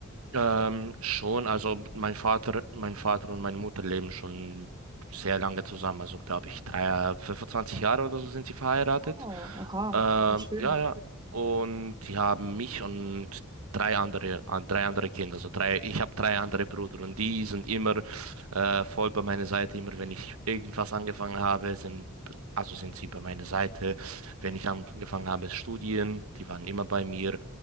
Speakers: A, on the right; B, on the right.
A: Ähm, schon, also mein Vater, mein Vater und meine Mutter leben schon sehr lange zusammen, also glaube ich, drei, 25 Jahre oder so sind sie verheiratet.
B: Oh, aha,
A: Ähm,
B: voll schön.
A: ja, ja. Und die haben mich und drei andere, an- drei andere Kinder, also drei, ich habe drei andere Brüder und die sind immer äh, voll bei meiner Seite, immer wenn ich irgendwas angefangen habe, sind Also sind sie bei meiner Seite. Wenn ich angefangen habe, Studien, die waren immer bei mir.